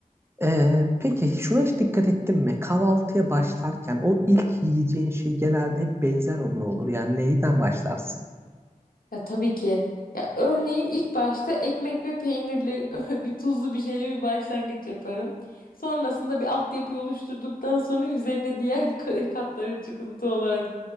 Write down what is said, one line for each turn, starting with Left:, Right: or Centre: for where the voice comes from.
Right: Ee, peki şuna hiç dikkat ettin mi? Kahvaltıya başlarken o ilk yiyeceğin şey genelde hep benzer olma olur. Yani neyden başlarsın?
Left: Ya tabii ki. Ya örneğin ilk başta ekmek ve peynirli <laughs> bir tuzlu bir şeyle bir başlangıç yaparım. Sonrasında bir altyapı oluşturduktan sonra üzerine diğer <laughs> ka- katları çıkıntı olarak